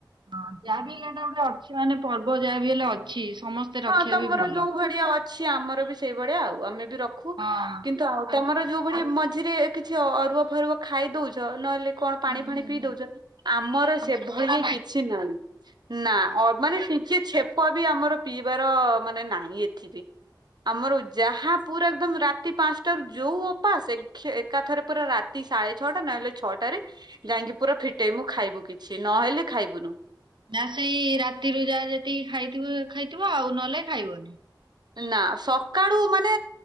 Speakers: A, on the right (about 80°); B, on the right (about 65°).
A: ହଁ ଯାହା ବି ହେଲେ ହେ଼ଟା ଗୋଟେ ଅଛି ମାନେ ପର୍ବ ଯାହା ବି ହେଲେ ଅଛି ସମସ୍ତେ ରଖିବା
B: ହଁ ତମର
A: ବି ଭଲ।
B: ଯୋଉ ଭଳିଆ ଅଛି ଆମର ବି ସେଇ ଭଳିଆ ଆଉ ଆମେ ବି ରଖୁ
A: ହଁ
B: କିନ୍ତୁ ଆ
A: ଆଉ
B: ତମର ଯୋଉ ଭଳି ମଝିରେ କିଛି ଅରୁଆ ଫରୁଆ ଖାଇ ଦଉଛ ନହେଲେ କଣ ପାଣି
A: ହୁଁ
B: ଫାଣି
A: ହୁଁ
B: ପିଇ
A: ହୁଁ
B: ଦଉଛନ୍ତି ଆମର
A: ତମର
B: ସେଭଳିଆ
A: ସେରା
B: କିଛି ନାହିଁ ନା
A: ହଁ।
B: ଅ ମାନେ ସି ସିଏ ଛେପ ବି ଆମର ପିଇବାର ମାନେ ନାହିଁ ଏଥି ବିି ଆମର ଯାହା ପୁରା ଏକଦମ ରାତି ପାଞ୍ଚଟ ର ଯୋଉ ଅପା ଆସେ ଏକା ଥରେ ପୁରା ରାତି ସାଢେ ଛଅଟା ନହେଲେ ଛଅଟାରେ ଗାଇକି ପୁରା ଫିଟେଇ ମୁଁ ଖାଇବୁ କିଛି ନହେଲେ ଖାଇବୁନୁ
A: ଯା ସେଇ ରାତିରୁ ଯା ଯେତିକି ଖାଇଥିବ ଖାଇଥିବ ଆଉ ନହେଲେ ଖାଇବନି
B: ନା ସକାଳୁ ମାନେ